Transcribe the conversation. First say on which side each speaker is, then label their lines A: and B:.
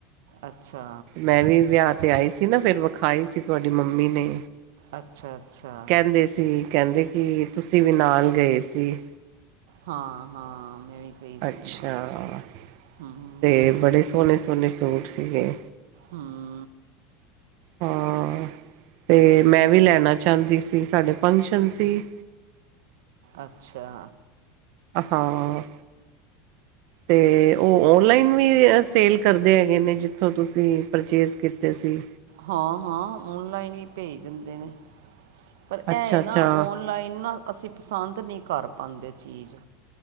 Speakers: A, on the right (about 80°); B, on the right (about 65°).
A: ਅੱਛਾ
B: ਮੈਂ ਵੀ ਵਿਆਹ 'ਤੇ ਆਈ ਸੀ ਨਾ, ਫਿਰ ਵਿਖਾਈ ਸੀ ਤੁਹਾਡੀ ਮੰਮੀ ਨੇ
A: ਅੱਛਾ ਅੱਛਾ
B: ਕਹਿੰਦੇ ਸੀ, ਕਹਿੰਦੇ ਕਿ ਤੁਸੀਂ ਵੀ ਨਾਲ ਗਏ ਸੀ
A: ਹਾਂ- ਹਾਂ ਮੈਂ ਵੀ ਗਈ ਸੀ
B: ਅੱਛਾ,
A: ਨਾਲ ਹੂੰ
B: ਤੇ ਬੜੇ ਸੋਹਣੇ -ਸੋਹਣੇ ਸੂਟ ਸੀਗੇ
A: ਹਮ।
B: ਹਾਂ, ਤੇ ਮੈਂ ਵੀ ਲੈਣਾ ਚਾਹੁੰਦੀ ਸੀ ਸਾਡੇ ਫੰਕਸ਼ਨ ਸੀ।
A: ਅੱਛਾ।
B: ਹਾਂ, ਤੇ ਉਹ। ਔਨਲਾਈਨ ਵੀ ਸੇਲ ਕਰਦੇ ਹੈਗੇ ਨੇ ਜਿੱਥੋਂ ਤੁਸੀਂ ਪਰਚੇਜ਼ ਕੀਤੇ ਸੀ?
A: ਹਾਂ, ਹਾਂ ਔਨਲਾਈਨ ਈ ਭੇਜ ਦਿੰਦੇ ਨੇ। ਪਰ
B: ਅੱਛਾ
A: ਇਹ ਨਾ,
B: ਅੱਛਾ
A: ਔਨਲਾਈਨ ਨਾ ਅਸੀਂ ਪਸੰਦ ਨਹੀਂ ਕਰ ਪਾਉਂਦੇ ਚੀਜ਼।